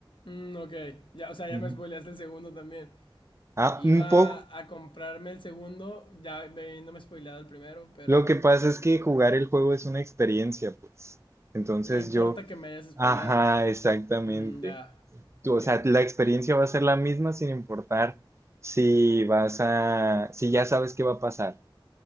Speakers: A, on the left; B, on the right.
A: Mm, ok, ya, o sea, ya
B: Ujú.
A: me spoileaste el segundo también.
B: Ah,
A: Iba
B: un poco.
A: a comprarme el segundo, ya me- no me he spoileado el primero, pero
B: Lo que pasa es que jugar el juego
A: ujú.
B: es una experiencia, pues. Entonces
A: no importa
B: yo,
A: que me hayas spoileado.
B: ajá, exactamente.
A: Mm, ya,
B: tú,
A: entiendo.
B: o sea, la experiencia va a ser la misma sin importar si vas a, si ya sabes qué va a pasar.